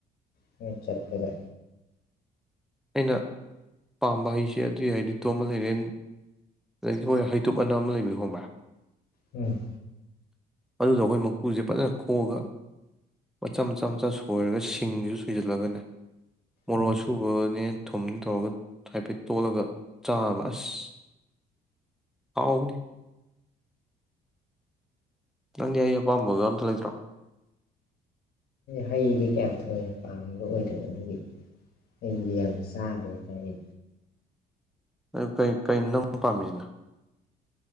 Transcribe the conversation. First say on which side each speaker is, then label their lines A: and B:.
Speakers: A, on the left; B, in the centre.
A: ꯍꯣꯔꯦꯟ ꯆꯠꯄꯗ
B: ꯑꯩꯅ ꯄꯥꯝꯕ ꯍꯩꯁꯦ ꯑꯗꯨꯒꯤ ꯍꯩꯔꯤꯠꯇꯣ ꯑꯃ ꯂꯩꯔꯦ ꯑꯗꯒꯤ ꯍꯩꯇꯨꯞ ꯑꯅꯥ ꯑꯃ ꯂꯩꯕꯗꯣ ꯈꯪꯕ꯭ꯔꯥ
A: ꯎꯝ
B: ꯑꯗꯨꯗꯣ ꯑꯩꯈꯣꯏ ꯃꯀꯨꯁꯦ ꯐꯖꯅ ꯈꯣꯛꯑꯒ ꯃꯆꯥ ꯃꯆꯥ ꯃꯆꯥ ꯁꯣꯏꯔꯒ ꯁꯤꯡꯁꯤꯁꯨ ꯁꯣꯏꯖꯤꯜꯂꯒꯅꯦ ꯃꯣꯔꯣꯛ
A: ꯎꯝ
B: ꯑꯁꯨꯕꯒ ꯅꯦ ꯊꯨꯝꯅꯦ ꯇꯧꯔꯒ ꯍꯥꯏꯐꯦꯠ ꯇꯣꯠꯂꯒ ꯆꯥꯕ ꯑꯁ ꯍꯥꯎꯕꯅꯤ ꯅꯪꯗꯤ ꯍꯩ ꯑꯄꯥꯝꯕꯒ ꯑꯝꯇ ꯂꯩꯇ꯭ꯔꯣ
A: ꯍꯩꯗꯤ ꯀꯌꯥ ꯊꯣꯏꯅ ꯄꯥꯝꯕ ꯑꯣꯏꯗꯕ ꯑꯗꯨꯒꯤ ꯍꯩꯗꯤ ꯌꯥꯝ ꯆꯥꯗꯦ ꯍꯥꯏꯇꯥꯔꯦ
B: ꯑꯗꯨ ꯀꯩ ꯀꯔꯤꯅꯣ ꯅꯪ ꯄꯥꯝꯃꯤꯁꯤꯅ